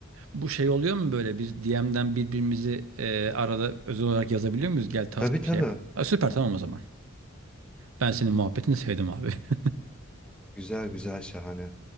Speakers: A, on the right (about 80°); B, in the centre.
A: Bu şey oluyor mu böyle bir DM'den birbirimizi e, arada özel olarak yazabiliyor muyuz? Gel task
B: Tabii tabii.
A: şey yap. Ha, süper tamam o zaman. Ben senin muhabbetini sevdim abi. <laughs>
B: Güzel güzel şahane.